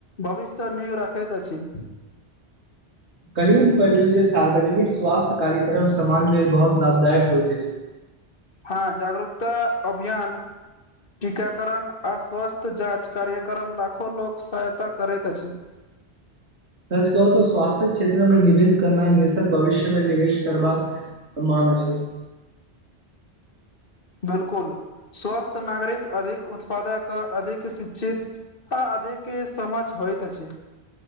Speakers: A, on the left; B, on the right.
A: भविष्य नहि राखैत अछी।
B: काल्हि हम पहिलुए सोचैत छलहुँ जे सार्वजनिक स्वास्थ्य कार्यक्रम समाज लेल बहुत लाभदायक होइत अछि।
A: हँ जागरूकता अभियान टीकाकरण आ स्वास्थ्य जाँच कार्यक्रम लाखो लोकके सहायता करैत अछि।
B: स्वास्थ्य क्षेत्रमे निवेश करब देशक भविष्य मे निवेश करब अछि। सम मान छै
A: बिल्कुल स्वस्थ नागरिक अधिक उत्पादक अधिक शिक्षित आ अधिक समझ होइत अछि।